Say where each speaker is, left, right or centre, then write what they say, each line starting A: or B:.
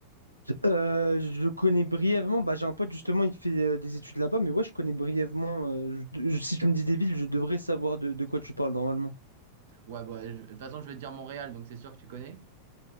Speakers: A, on the right; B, on the right.
A: Euh, je connais brièvement, bah, j'ai un pote justement, il fait euh, des études là-bas, mais ouais, je connais brièvement. euh, je- je- si tu me dis des villes, je devrais savoir de, de quoi tu parles normalement.
B: Ouais, bah, je- de toute façon, je vais te dire Montréal, donc c'est sûr que tu connais.